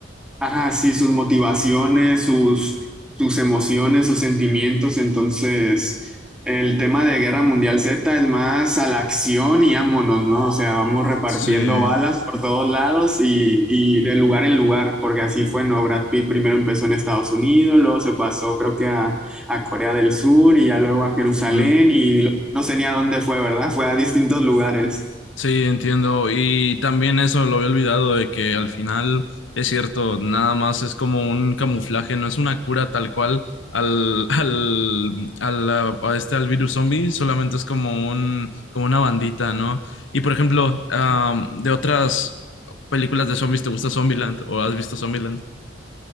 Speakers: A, in the centre; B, on the left.
A: Ajá, sí, sus motivaciones, sus, sus emociones, sus sentimientos. Entonces, el tema de Guerra Mundial Z es más a la acción y ámonos, ¿no? O sea, vamos repartiendo
B: Sí,
A: balas por todos lados y, y de lugar en lugar, porque así fue, ¿no? Brad Pitt primero empezó en Estados Unidos, luego se pasó, creo que a, a Corea del Sur y ya luego a Jerusalén
B: mm,
A: y lo- no sé ni a dónde fue, ¿verdad? Fue a distintos lugares.
B: sí, entiendo. Y también eso lo había olvidado de que al final es cierto, nada más es como un camuflaje, no es una cura tal cual al, <laughs> al, al, a la- a este, al virus zombie, solamente es como un, como una bandita, ¿no? Y por ejemplo, am, de otras películas de zombies, ¿te gusta Zombieland o has visto Zombieland?